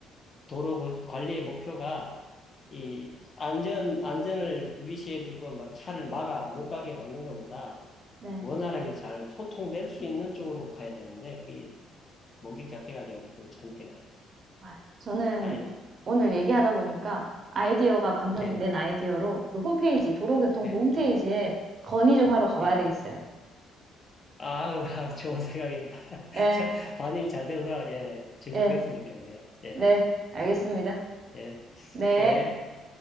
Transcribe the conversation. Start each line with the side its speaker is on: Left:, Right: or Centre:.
Left: 도로 고- 관리의 목표가, 이, 안전, 안전을 위시해 두고 막 차를 막아, 못 가게 막는 것보다
Right: 네.
Left: 원활하게 잘 소통될 수 있는 쪽으로 가야 되는데, 이, 목격 자체가 제가 볼참 잘못된 것 같아요.
Right: 아 저는
Left: 아이,
Right: 오늘 얘기하다 보니까 아이디어가 방금
Left: 예,
Right: 낸 아이디어로 그 홈페이지, 도로교통부
Left: 예,
Right: 홈페이지에 건의 좀 하러 가봐야
Left: 예.
Right: 되겠어요.
Left: 아우, <laughs> 아, 좋은 생각입니다. <laughs>
Right: 예,
Left: 참, 반응이 잘 돼서, 예, 적용됐으면
Right: 예,
Left: 좋겠네요. 예,
Right: 네, 알겠습니다.
Left: 예, 예,
Right: 네.
Left: 예.